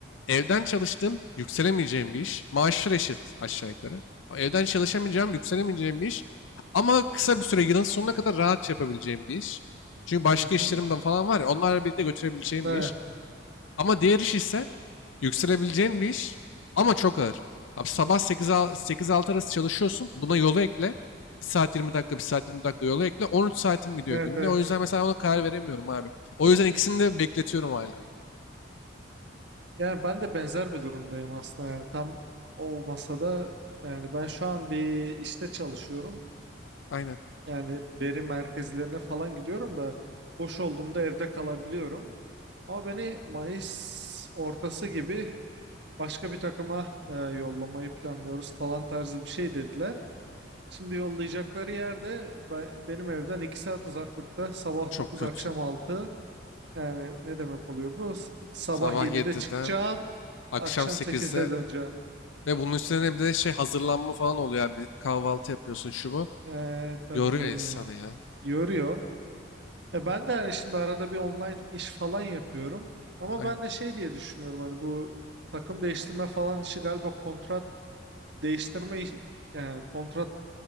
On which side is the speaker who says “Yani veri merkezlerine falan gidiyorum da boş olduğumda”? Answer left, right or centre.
Right